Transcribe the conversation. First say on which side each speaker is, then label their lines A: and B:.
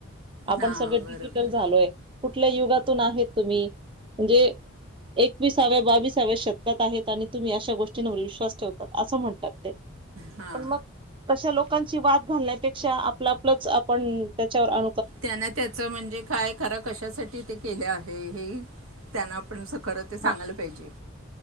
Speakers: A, on the right; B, on the right.
A: आपण
B: हां
A: सगळे डिजिटल
B: बरोबर
A: झालोय कुठल्या युगात. आहेत तुम्ही म्हणजे. एकविसाव्या बावीसाव्या शतकात आहेत आणि तुम्ही अशा गोष्टींवर विश्वास ठेवतात असं म्हणत. पण
B: हां
A: मग कशा लोक. लोकांची वाद घालण्यापेक्षा आपला आपलं आपण त्याच्यावर अु
B: त्यांना त्याच म्हणजे काय करा कशासाठी ते केले आहे हे त्यांना आपण खरं ते सांगलं
A: हा
B: पाहिजे